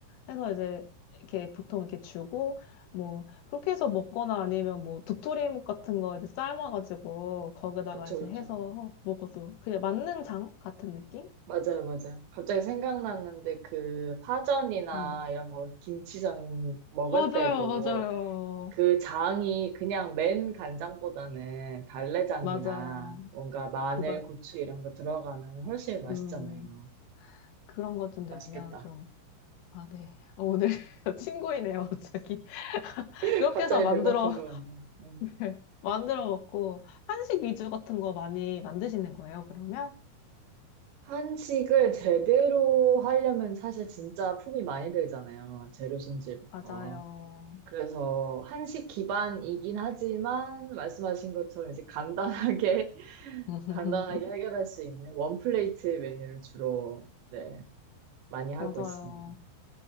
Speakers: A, on the left (about 80°); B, on the right (about 70°).
A: 해서 이제 이렇게 보통 이렇게 주고 뭐 그렇게 해서 먹거나 아니면 뭐 도토리묵 같은 거 이제 삶아가지고 거기다가
B: 그쵸,
A: 이제
B: 그쵸.
A: 해서 먹어도 그냥 만능장 같은 느낌?
B: 맞아요, 맞아요. 갑자기 생각났는데 그 파전이나
A: 음.
B: 이런 거 김치전 먹을
A: 맞아요,
B: 때도
A: 맞아요.
B: 그 장이 그냥 맨 간장보다는 달래장이나
A: 맞아요.
B: 뭔가 마늘,
A: 뭐가
B: 고추 이런 거 들어가면 훨씬 맛있잖아요.
A: 음 그런 것 좀 되면
B: 맛있겠다.
A: 좀 아, 네. 오늘 <laughs> 친구이네요, 갑자기. <laughs>
B: <laughs>
A: 그렇게
B: 갑자기
A: 해서 만들어
B: 배고픈 것 같네요. 음.
A: <laughs> 만들어 먹고 한식 위주 같은 거 많이 만드시는 거예요, 그러면?
B: 한식을 제대로 하려면 사실 진짜 품이 많이 들잖아요. 재료 손질부터.
A: 맞아요.
B: 그래서 한식 기반이긴 하지만 말씀하신 것처럼 이제 간단하게 <laughs>
A: <laughs>
B: 간단하게 해결할 수 있는 원플레이트 메뉴를 주로 네, 많이 하고
A: 맞아요.
B: 있습니다.